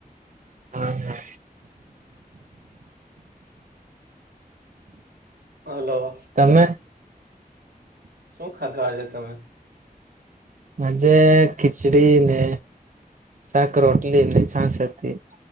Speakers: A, on the right; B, on the right.
A: હા હા.
B: હાલો.
A: તમે
B: શું ખાધું આજે તમે?
A: આજે ખિચડી ને સાક રોટલી ને છાશ હતી